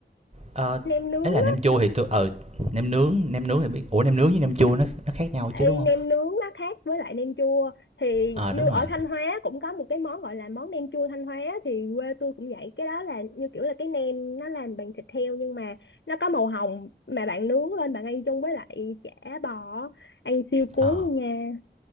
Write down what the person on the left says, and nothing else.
nem nướng
Ê,
nem nướng nó khác với lại nem chua thì
như
ở
Thanh Hóa cũng có một cái món gọi là món nem chua Thanh Hóa thì quê tôi cũng vậy cái đó là như kiểu là cái nem nó làm bằng thịt heo nhưng mà nó có màu hồng mà bạn nướng lên bạn ăn chung với lại chả bò ăn siêu cuốn
luôn nha